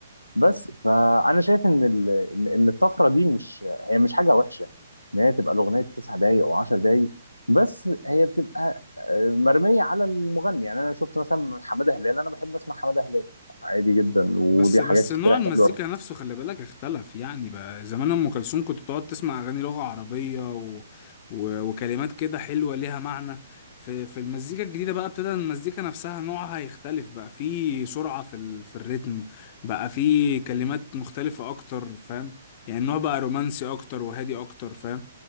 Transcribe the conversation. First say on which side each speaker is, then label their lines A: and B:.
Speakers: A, on the left (about 85°); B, on the left (about 35°).
A: بس فانا شايف ان ال... ان إن الطفره دي مش هي مش حاجه وحشه ان هي تبقى الاغنيه تسع دقائق او 10 دقائق بس هي بتبقى آه، مرميه على المغني يعني انا شفت مثلا حماده هلال انا بحب اسمع حماده هلال عادي جدا وليه
B: بس
A: حاجات
B: بس نوع
A: كتير
B: المزيكا
A: حلوه
B: نفسه خلي بالك اختلف يعني بقى زمان ام كلثوم كنت تقعد تسمع اغاني لغة عربية و... و... وكلمات كده حلوة ليها معنى في في المزيكا الجديدة بقى ابتدى المزيكا نفسها نوعها يختلف بقى في سرعة في ال... في الريتم بقى في كلمات مختلفة اكتر فاهم يعني النوع بقى رومانسي اكتر وهادي اكتر فاهم